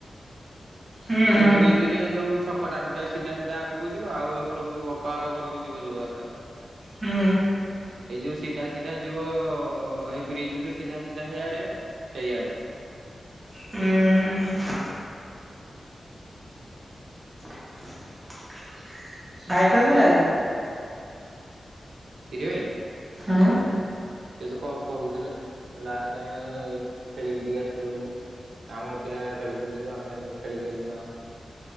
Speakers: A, on the right; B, on the right.
A: ହୁଁ
B: ଏଇ
A: ହୁଁ
B: ଯୋଉ ବ୍ରିଜି ରେ ଯୋଉ ଛକଟା ଗୋଟେ ସିଧା ସିଧା ଆଗକୁ ଯିବ। ଆଉ ଏପଟୁ ଅପା ଘରକୁ ଯିବ ଯୋଉ ରାସ୍ତାଟା।
A: ହୁଁ।
B: ଏଇ ଯୋଉ ସିଧା ସିଧା ଯିବ। ଏଇ ବ୍ରିଜି ରୁ ସିଧା ସିଧା ହେଇଆଡ଼େ ସେଇଆଡେ।
A: ହୁଁ ହୁଁ। <unintelligible> ସାଇକେଲ ଥିଲା କି?
B: ଶିରି ଭାଇ।
A: ହୁଁ।
B: ସେ ଯଉ କ କହୁଥିଲେ ଲାଷ୍ଟ ଟାଇମି ରେ ଖେଳିକି ଟିକେ ଆସିଲୁ ବୋଲି। ଆମ ପିଲା ଖେଳୁଥିଲୁ ଯେଉ ଆମେ ଖେଳିକି ଆଇଲୁ ତାମର।